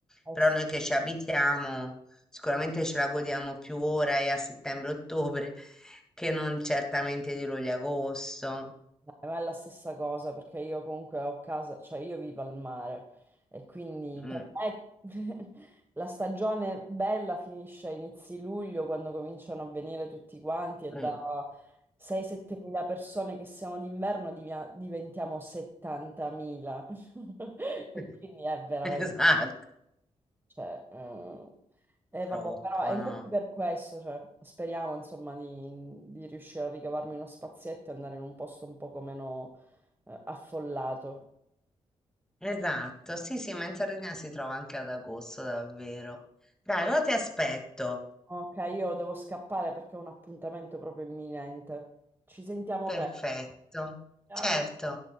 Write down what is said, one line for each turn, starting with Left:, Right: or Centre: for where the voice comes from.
Right: eh
Centre: Però
Right: sì.
Centre: noi che ci abitiamo Sicuramente ce la godiamo più ora e a settembre-ottobre che non certamente di luglio e agosto.
Right: Dai, ma è la stessa cosa perché io comunque ho casa, cioè io vivo al mare e quindi
Centre: Mm,
Right: per me <laughs> la stagione bella finisce a inizi luglio quando cominciano a venire tutti quanti e da
Centre: mm.
Right: 6-7 mila persone che siamo d'inverno divia- diventiamo 70 mila <laughs> e
Centre: <laughs>
Right: quindi è veramente
Centre: Esatto,
Right: cioè, eh, eh,
Centre: troppo,
Right: vabbè, però è infatti
Centre: no?
Right: per questo, cioè, speriamo insomma di, di riuscire a ricavarmi uno spazietto e andare in un posto un poco meno eh, affollato.
Centre: Esatto, sì, sì, ma in Sardegna si trova anche ad agosto, davvero. Dai, allora ti aspetto.
Right: Ok, io devo scappare perché ho un appuntamento proprio imminente. Ci sentiamo
Centre: Perfetto.
Right: presto. Ciao.
Centre: Certo.